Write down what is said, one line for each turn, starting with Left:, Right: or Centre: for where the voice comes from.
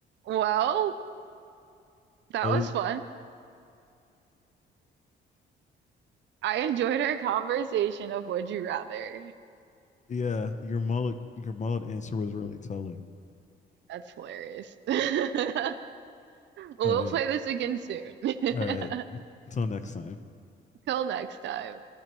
Right: Well, that
Left: Oh,
Right: was fun. I enjoyed our conversation of Would You Rather.
Left: yeah, your mullet, your mullet answer was really telling.
Right: That's hilarious. <laughs> We'll
Left: All right,
Right: play this again soon.
Left: all
Right: <laughs>
Left: right. Until next time.
Right: Till next time.